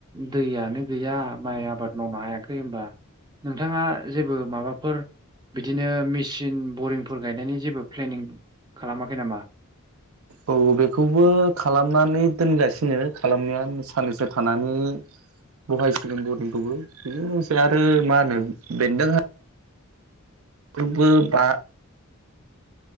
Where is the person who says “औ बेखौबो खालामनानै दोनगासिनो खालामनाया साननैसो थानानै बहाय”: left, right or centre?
Right